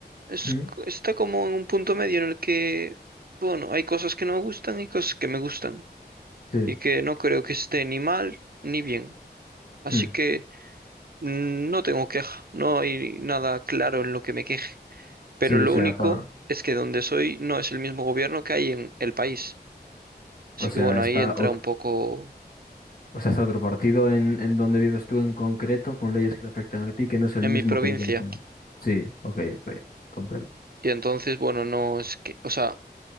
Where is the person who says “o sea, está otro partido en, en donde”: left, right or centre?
Left